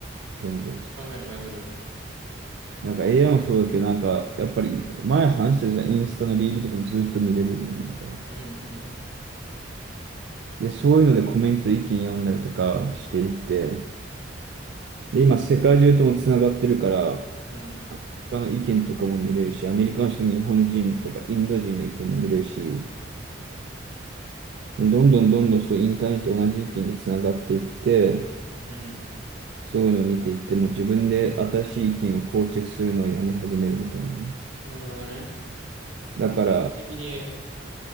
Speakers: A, on the right; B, on the right.
A: どんどん。
B: 考えるのやめる。
A: なんか AI もそうだけど、なんか、やっぱり、前話してたじゃん、インスタのリールとかもずっと見られるよね、みたいな。
B: うん
A: で、そういうのでコメント、意見読んだりとかしていって、で、今、世界中ともつながってるから、
B: うん。
A: 他の意見とかも見れるし、アメリカの人も日本人とかインド人の意見も見れるし、もうどんどんどんどんそうインターネット同じ意見でつながっていって、
B: うん
A: そういうのを見ていって、もう自分で新しい意見を構築するのをやめ始めるみたいなね。
B: うん。なるほどね。
A: だから、
B: もう、自動的に